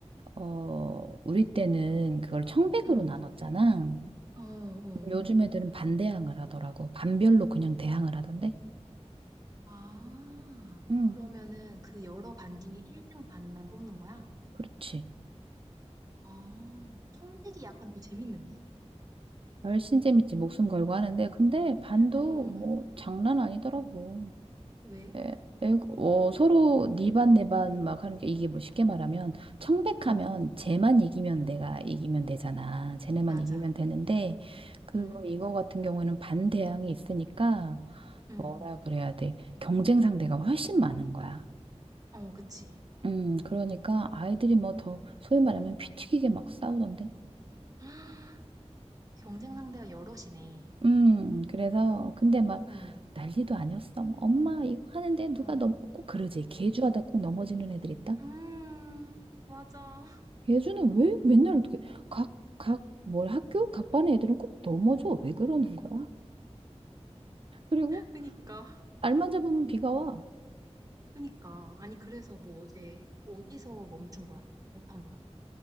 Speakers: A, on the right; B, on the right.
A: 어, 우리 때는 그걸 청백으로
B: 응,
A: 나눴잖아. 음.
B: 어, 어.
A: 요즘 애들은 반대항을 하더라고. 반별로 그냥 대항을 하던데.
B: 아,
A: 응,
B: 그러면은 그 여러 반 중에 1등 반만 뽑는 거야?
A: 그렇지.
B: 아, 성백이 약간 더 재밌는데.
A: 훨씬 재밌지. 목숨 걸고 하는데. 근데 반도
B: 어,
A: 뭐 장난 아니더라고.
B: 왜?
A: 에, 에, 어, 서로 네 반 내 반 막 하는 게 이게 뭐 쉽게 말하면 청백하면
B: 응.
A: 쟤만 이기면 내가 이기면 되잖아. 쟤네만
B: 맞아.
A: 이기면 되는데 그거
B: 응?
A: 이거 같은 경우에는 반대항이 있으니까
B: 응.
A: 뭐라 그래야 돼. 경쟁 상대가 훨씬 많은 거야.
B: 어, 그치. <gasps>
A: 음, 그러니까 아이들이 뭐 더 소위 말하면 피 튀기게 막 싸우던데.
B: 아, 경쟁 상대가 여럿이네.
A: 음, 그래서 근데 막
B: 응.
A: 난리도 아니었어. 뭐 엄마 이거 하는데 누가
B: 응.
A: 넘, 꼭 그러지. 개주하다 꼭 넘어지는 애들 있다.
B: 음. 맞아. <laughs>
A: 예주는 왜 맨날 어떻게 각, 각, 뭘 학교? 각 반의 애들은 꼭 넘어져. 왜 그러는 거야? 그리고
B: 그니까.
A: 알만 잡으면 비가 와.
B: 그니까. 아니, 그래서 뭐 어제 어디서 멈춘 거야? 못한 거야?